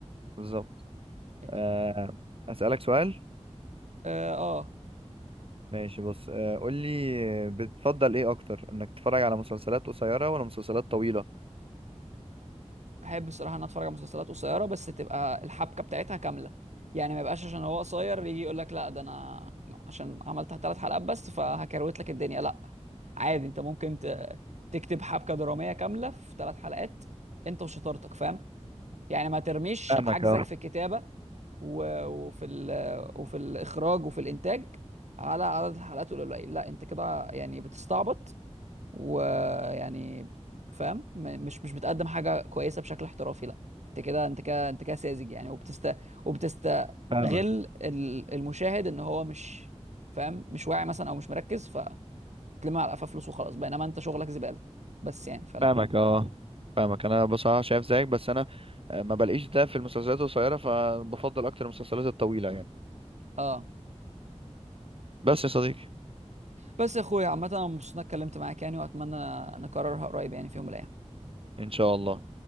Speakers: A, on the right; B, on the right.
A: بالظبط
B: ماشي
A: آه. اسالك سؤال
B: اه آه.
A: ماشي بص آه، قول لي بتفضل ايه اكتر انك تتفرج على مسلسلات قصيره ولا مسلسلات طويله
B: احب الصراحه ان أنا اتفرج على مسلسلات قصيره بس تبقى الحبكه بتاعتها كامله يعني ما يبقاش عشان هو قصير يجي يقول لك لا ده انا عشان عملت ثلاث حلقات بس فهكروت لك الدنيا لا عادي انت ممكن ت- تكتب حبكه دراميه كامله في ثلاث حلقات انت وشطارتك فاهم يعني ما ترميش
A: فاهمك
B: عجزك
A: اه
B: في الكتابه و- وفي ال- وفي الاخراج وفي الانتاج على عدد الحلقات القليل لا انت كده يعني بتستعبط ويعني فاهم م- مش مش بتقدم حاجه كويسه بشكل احترافي لا انت كده انت كده انت كده ساذج يعني وبتست وبتستغل
A: فاهمك
B: ال- المشاهد ان هو مش فاهم مش واعي مثلا او مش مركز فتلم على قفاه فلوس وخلاص بينما انت شغلك زباله بس يعني فلا
A: فاهمك اه فاهمك انا بصراحه شايف زيك بس انا آه، ما بلاقيش ده في المسلسلات القصيره فبفضل اكتر المسلسلات الطويله يعني
B: اه
A: بس يا صديقي
B: بس يا اخويا عامه انا مبسوط اني اتكلمت معاك يعني واتمنى نكررها قريب يعني في يوم من الايام
A: ان شاء الله